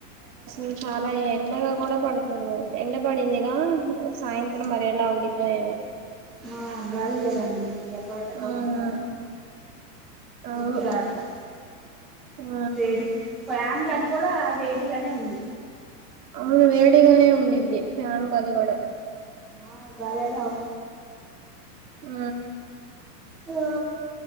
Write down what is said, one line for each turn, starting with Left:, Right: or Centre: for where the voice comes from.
Right: ఉ చాలా ఎండగా కూడా పడుతుంది ఎండ పడిందిగా సాయంత్రం మరి ఎలా ఉండిద్దో ఏమో
Centre: ఆ గాలి లేదండి ఎప్ పోయిట కొడుకుంట
Right: ఆ అవును
Centre: ఊపిరి ఆడట్ల
Right: ఆ
Centre: వేడికి ఫ్యాన్ గాలి కూడా వేడిగానే ఉంది
Right: అవును వేడిగానే ఉంద్ది ఫ్యాన్ గాలి కూడా
Centre: ఆ బాల ఎనావు
Right: ఆ
Centre: ఆ